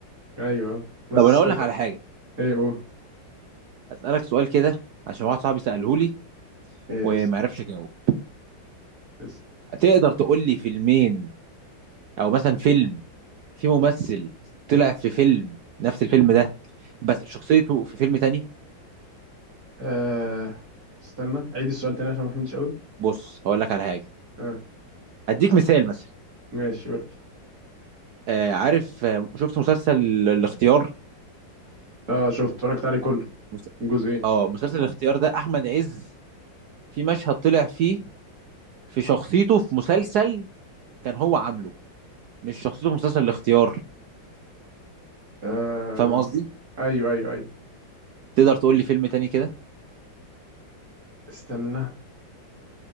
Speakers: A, on the right (about 45°); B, on the right (about 65°).
A: ايوه بس
B: طب انا اقول لك على حاجه
A: ايه او
B: اسالك سؤال كده عشان واحد صاحبي ساله لي
A: ايه
B: وما
A: اس
B: عرفش اجاوب
A: اس
B: تقدر تقول لي فيلمين او مثلا فيلم في ممثل طلع في فيلم نفس الفيلم ده بس شخصيته في فيلم تاني
A: آه استنى عيد السؤال تاني عشان ما فهمتش قوي
B: بص هقول لك على حاجه
A: اه
B: اديك مثال مثلا
A: ماشي قول
B: آه عارف آه، شفت مسلسل ال- الاختيار
A: اه شفت اتفرجت عليه كله
B: مس-
A: الجزء ايه
B: اه مسلسل الاختيار ده احمد عز في مشهد طلع فيه في شخصيته في مسلسل كان هو عامله مش شخصيته في مسلسل الاختيار
A: آه
B: فاهم قصدي
A: ايوه ايوه ايوه
B: تقدر تقول لي فيلم تاني كده
A: استنى